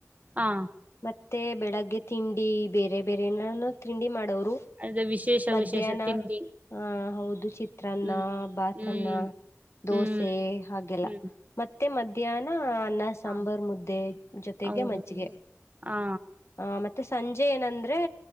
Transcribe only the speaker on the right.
ಆಂ.
ಅದೇ ವಿಶೇಷ
ವಿಶೇಷ ತಿಂಡಿ
ಹ್ಮ್
ಹ್ಮ್
ಹ್ಮ್
ಹ್ಮ್
ಹಾ
ಹೌದು
ಹಾ